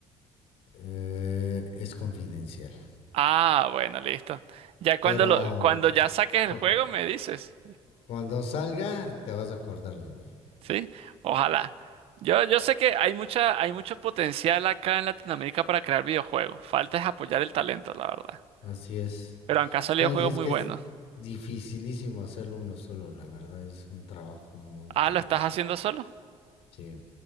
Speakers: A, on the left; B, on the right.
A: Eh, es confidencial.
B: Ah, bueno, listo. Ya cuando
A: Pero
B: lo, cuando ya saques
A: cu-
B: el juego me dices,
A: cuando salga te vas a acordar de mí.
B: ¿sí? Ojalá. Yo, yo sé que hay mucha, hay mucho potencial acá en Latinoamérica para crear videojuegos. Falta es apoyar el talento, la verdad.
A: Así es.
B: Pero han salido
A: No,
B: juegos
A: y es
B: muy
A: que
B: buenos.
A: es dificilísimo hacerlo uno solo, la verdad es un trabajo muy
B: Ah,
A: tedioso.
B: ¿lo estás haciendo solo?
A: Sí.